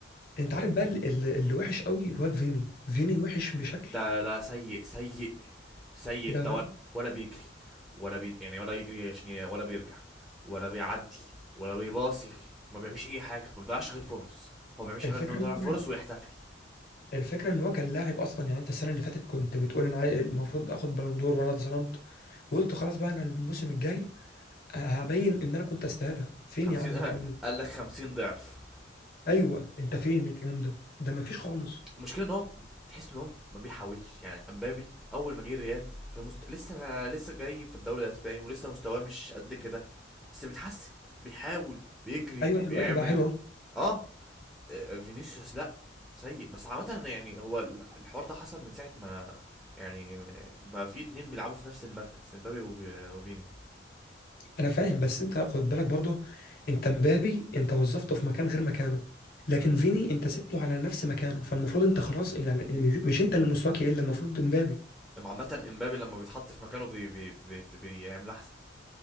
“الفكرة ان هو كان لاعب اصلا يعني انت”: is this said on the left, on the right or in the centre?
Left